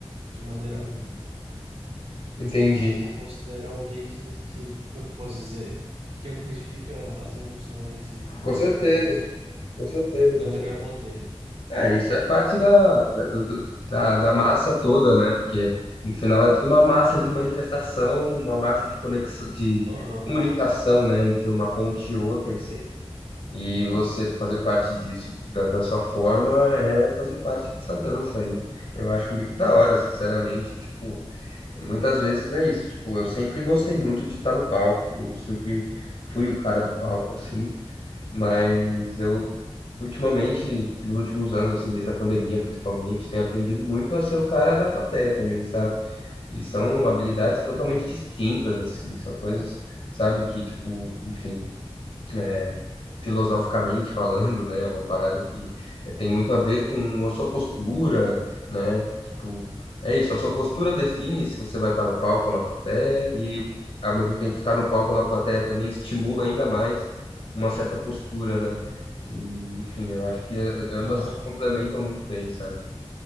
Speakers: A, on the right; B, on the left.
A: de maneira alguma.
B: entendi.
A: mas eu me considero alguém que, que, como é que eu posso dizer, que amplifica as emoções e, e consegue
B: Com certeza.
A: traduzir
B: Com certeza,
A: da
B: com
A: melhor
B: certeza.
A: maneira.
B: É, isso é parte da, da, do- do- da, da massa toda, né? Porque no final é tudo uma massa de manifestação, uma massa de conexão, de
A: Aham,
B: comunicação, né? Entre uma ponte e outra,
A: perfeito.
B: assim. E você fazer parte disso, da, da sua forma, é fazer parte dessa dança aí. Eu acho muito da hora, sinceramente. Tipo, muitas vezes é isso. Tipo, eu sempre gostei muito de estar no palco, eu sempre fui o cara do palco, assim. Mas eu ultimamente, nos últimos anos, assim, desde a pandemia principalmente, tenho aprendido muito a ser o cara da plateia também, sabe? E são habilidades totalmente
A: Sim.
B: distintas, assim, são coisas, sabe, que, tipo, enfim. é, filosoficamente falando, né? É uma parada que eh, tem muito a ver com a sua postura, né? Tipo, é isso, a sua postura define se você vai estar no palco ou na plateia, e ao mesmo tempo estar no palco ou na plateia também estimula ainda mais uma certa postura, né? E, enfim, eu acho que eh, ambas
A: Aham.
B: se complementam muito bem, sabe?